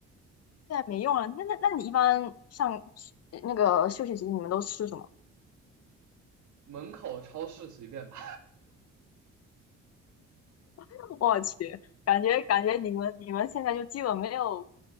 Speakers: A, on the left; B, on the right.
A: 现在没用了。那那那你一般上呃那个休息时间你们都吃什么？
B: 门口超市随便买。
A: <laughs> 我去，感觉感觉你们你们现在就基本没有